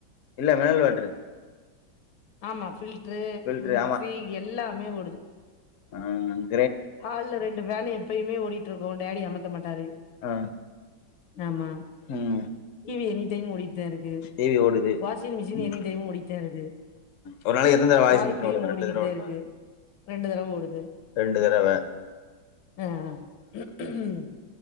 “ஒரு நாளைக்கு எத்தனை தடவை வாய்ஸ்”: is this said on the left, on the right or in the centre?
Left